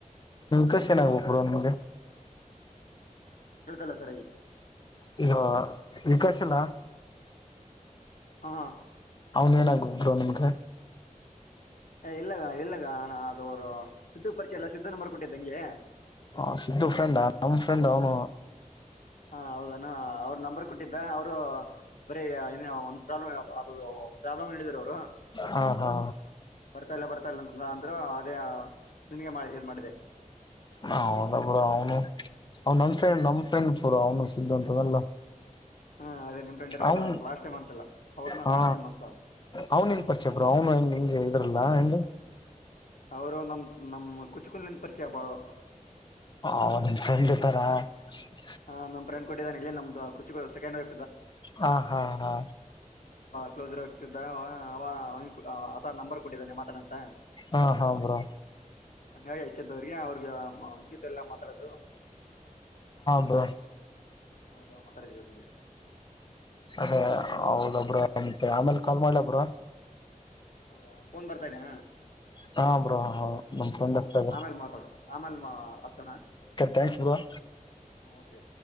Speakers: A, on the left; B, on the left.
A: ಕಷ ಏನಾಗ್ಬೇಕ ಬಿಡ ನಮಗೆ
B: ಕೇಳ್ತಲ್ಲ ಸರ್ಿ
A: ಈಗ ವಿಕಾಶ ಎಲ್ಲಾ.
B: ಹ ಹಾ
A: ಅವನ್ ಏನಾಗುದ್ರು ನಿಮಗ
B: ಇಲ್ಲಗ ಇಲ್ಲಗ ನಾ ಅದು ಅವರು ಸಿದ್ದು ಪರಿಚಯ ಎಲ್ಲ ಸಿದ್ದನ ಮರ್ಕೊಟ್ಟಿದ್ದಂಗೆ
A: ಹ ಸಿದ್ದು ಫ್ರೆಂಡ್ ನಮ ಫ್ರೆಂಡ್ ಅವನು
B: ಹಾ ಹೌದಾನ ಅವ್ರ ನಂಬರ್ ಕೊಟ್ಟಿದ್ದ ಅವರು ಬರೀ ಏನ ಒಂದ ಪ್ರಾಬ್ಲಮ್ ಅ ಪ್ರಾಬ್ಲಮ್ ಹೇಳಿದರು ಅವರು
A: ಹ ಹಾ
B: ಬರ್ತಾ ಇಲ್ಲ ಬರ್ತಾ ಇಲ್ಲ ಅಂದ್ರ ಅದೇ ನನ್ಗೆ ಏನ್ ಮಾಡಿದೆ
A: ಹೌದ ಪುರ ಅವನು ಅವ ನನ್ ಫ್ರಂಡ್ ನಮ್ ಫ್ರೆಂಡ್ ಪುರ ಅವನು ಸಿದ್ಧಾಂತದಲ್ಲ
B: ಹಾ ಅದೇ ನಿಮ್ ಫ್ರೆಂಡ್ ಇರ್ಬೋದು
A: ಅವನ್
B: ಲಾಸ್ಟ್ ಟೈಮ್ ಅಂತಲ್ಲ ಅವ್ರನ್ನ
A: ಹ
B: ಲಾಸ್ಟ್ ಟೈಮ್ ಅಂತ
A: ಅವನು ನ್ ಪರಿಚಯ ಬರು ಅವನು. ಇದ್ರಲ್ಲಾ ಹೆ.
B: ಅವರು ನಮ ನಮ ಕುಚುಕುಲ್ಿಂದ ಪರಿಚಯ ಬಾಳು
A: ಅವ ನಿಮ್ ಫ್ರೆಂಡ್ <unintelligible>
B: ಹಾ ನಮ ಫ್ರೆ್ ಕೊಟ್ಟಿದ್ದಾನ ಇ ನ್ದು ಕುು ಸೆಂಡ್ ವೈ್
A: ಹ ಹಾ ಹಾ
B: ಕ್ಲೋಸರ್ ಆಗ್ತಿದ್ದ ಅವ ಅವ ಆ ನಂಬರ್ ಕೊಟ್ಟಿದ್ದಾನೆ ಮಾತಾಡಂತ
A: ಹಾ ಹಾ ಬ್ರೋ
B: ಹಂಗಾಗಿ ಹೆಚ್ಚಿದ್ದ ಅವ್ರಿಗೆ ಅವ್ರಿಗೆ ಮುಗಿತ ಎಲ್ಲ ಮಾತಾಡೋದು
A: ಹಾಯ್.
B: ಹೌದು ಮತ್. ಪ್ರಗದ
A: ಅದೇ ಹೌದೊಬ್ರ ಮತ್ತೆ ಆಮೇಲೆ ಕಾಲ್ ಮಾಡ್ಲ ಒಬ್ರ
B: ಹೌದಾ ಫೋನ್ ಬರ್ತಾ ಇದ್ದ
A: ಹಾ ಬ್ರ ನಮ್ ಫ್ರೆಂಡ್ತ
B: ಆಮೇಲೆ ಮಾತಾಡು ಆಮೇಲೆ ಹಚ್ಚೋಣ
A: ಹೆಕ್ಸ್ ಬ
B: ಓಕೆ